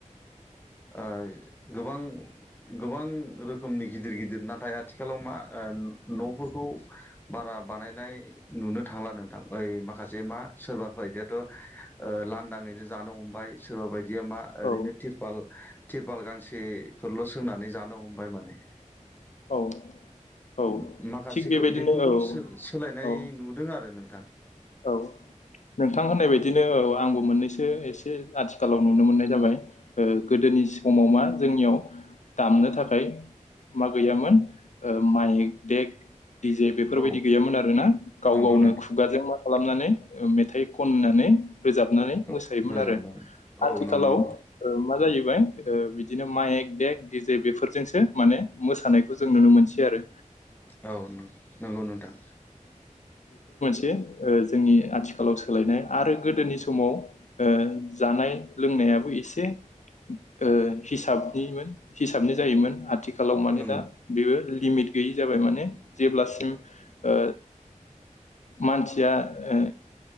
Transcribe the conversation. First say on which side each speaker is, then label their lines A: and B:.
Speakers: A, on the left; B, on the left.
A: ओइ गोबां गोबां रोखोमनि गिदिर गिदिर नाथाय आथिखालाव मा ओ न'फोरखौ बारा बा नायनाय नुनो थांला नोंथां ओइ माखासे मा सोरबाफोआइदि आथ' ओ लानदाङैनो जानो हमबाय सोरबा बाय बियामा ओरैनो
B: औ
A: तिरपाल तिरपाल गांसेफोरल' सोंनानै जानो हमबाय माने
B: औ औ
A: मो माखासेखो
B: थिग बेबायदिनो
A: बेफोरखो
B: औ
A: सो सोलायनाय
B: औ
A: नुदों आरो नों थां
B: औ नोंथां होननाय बायदि दिनो औ आंबो मोननैसो एसे आथिखालाव नुनो मोननाय जाबाय ओ गोदोनि समाव मा जोंनियाव दामनो थाखाय मा गैयामोन ओ मायेक देग डि जे बेफोरबायदि
A: औ
B: गैयामोन आरो ना गाव
A: नंगौ
B: गावनो
A: नोंथां
B: खुगाजों मा खालामनानै ओ मेथाइ खननानै रोजाबनानै
A: औ
B: मोसायोमोन
A: रोजाबनानै
B: आरो
A: औ
B: आथिखालाव
A: नंगौ नोंथां
B: ओ मा जायो <unintelligible> ओ बिदिनो माइक देग दिजे बेफोरजोंसो माने मोसानायखौ जों नुनो मोनसै आरो
A: औ नों नोंगौ नोंथां
B: दे ओ जोंनि आथिखालाव सोलायनाय आरो गोदोनि समाव ओ जानाय लोंनायाबो एसे ओ हिसाबनिमोन हिसाबनि जायोमोन आथिखालाव माने
A: नंगौ
B: दा बेबो लिमिट गैयि जाबाय माने जेब्लासिम ओ मानसि थिया ओ